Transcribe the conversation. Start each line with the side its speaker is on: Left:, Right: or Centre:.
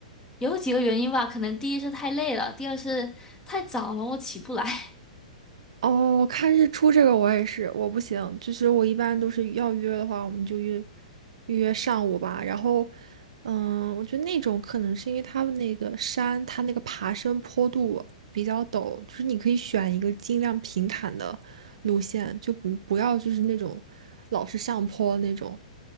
Left: 有几个原因吧，可能第一是太累了，第二是太早了，我起不来。<laughs>
Right: 哦，看日出这个我也是，我不行，就是我一般都是要约的话，我们就约预约上午吧。然后，嗯，我觉得那种可能是因为他们那个山，它那个爬升坡度比较陡，就是你可以选一个尽量平坦的路线，就不不要就是那种老是上坡那种，